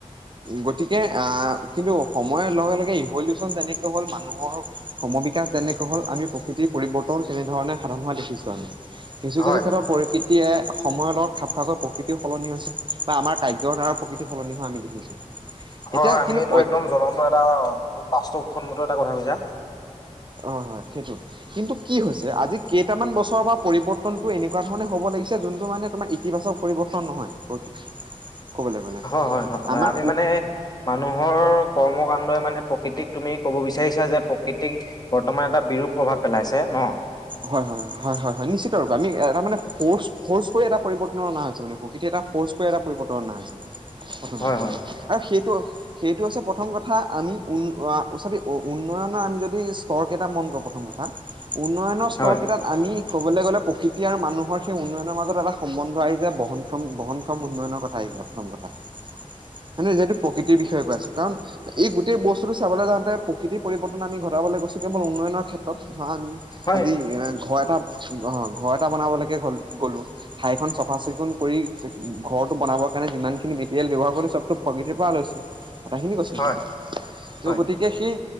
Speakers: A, on the right; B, on the left.
A: গতিকে আহ কিন্তু সময়ৰ লগে লগে ইভলিউচন যেনেকে হ'ল মানুহৰ ক্ৰম বিকাশ যেনেকৈ হ'ল আমি প্ৰকৃতি পৰিৰ্তন তেনেধৰণে সাধন হোৱা দেখি ছো আমি কিছু
B: হয়
A: কিছু
B: হয়
A: ক্ষেত্ৰৰ পৰিকৃত প্ৰায়ে সময়ৰ লগত খাপ খোৱাকৈ প্ৰকৃতিও সলনি হৈছে বা আমাৰ কাৰ্যৰ দ্বাৰ প্ৰকৃতি সলনি হোৱা আমি দেখিছো।
B: হয়
A: এতিয়া
B: হয় আমি
A: কিন্তু
B: এইটো একদম জ্বলন্ত এটা বাস্তৱসন্মত এটা কথা কৈছা
A: অ হয় সেইটো কিন্তু কি হৈছে আজি কে ইটামান বছৰৰ পৰা পৰিৱৰ্তনটো এনেকোৱা ধৰণে হ'ব লাগিছে যোনটো মানে তোমাৰ ইতিবাচক পৰিৱৰ্তন নহয় <unintelligible> গ'লে।
B: হয় হয় হয়
A: আমাৰ
B: হয় আমি মানে মানুহৰ কৰ্ম কাণ্ডই মানে প্ৰকৃতিক তুমি ক'ব বি চাৰিছা যে প্ৰকৃতিক বৰ্তমান এটা বিৰূপ প্ৰভাৱ পেলাইছে ন
A: হয় হয় হয় হয় হয় হয় নিশ্চিত ৰূপে আমি এটা মানে ফ ফৰ্চ কৰি এটা পৰিৱৰ্তন অনা হৈছে মানে প্ৰকৃতিৰ এটা ফৰ্চ কৰি এটা পৰিৰ্তন অনা হৈছে মানে প্ৰথমে
B: হয় হয়
A: আৰু সেইটো সেইটো হৈছে প্ৰথম কথা আমি চাবি উন্নয়নৰ আমি যদি স্তৰকেইটা মন কৰো প্ৰথম কথা উন্নয়ন স্তৰ
B: হয়
A: কেইটাত আমি ক'বলৈ গ'লে প্ৰকৃতি আৰু মানুহৰ সেই উন্নয়নৰ মাজত এটা সম্বন্ধ আহিছে বহনক্ষম বহনক্ষম উন্নয়নৰ কথাই প্ৰথম কথা হয় নহয় যিহেতু প্ৰকৃতিৰ বিষয়ে কৈ আছো কাৰণ এই গোটেই বস্তুটো চাবলৈ যাও তে প্ৰকৃতিৰ পৰিৱৰ্তন আমি ঘটাবলৈ গৈছো কেৱল উন্নয়নৰ ক্ষেত্ৰত ধৰা আমি
B: হয়
A: আজি
B: হয়
A: ঘৰ এটা অ ঘৰ এটা বনাবলৈকে হল গলো ঠাইখন চফা চিকুণ কৰি ঘৰটো বনাবৰ কাৰণে যিমান খিনি মেটেৰিয়েল ব্যৱহাৰ কৰিলো চবতো প্ৰকৃতিৰ পৰা লৈ ছো কথাখিনি কৈছো মই'
B: হয় হয়
A: গতিকে সেই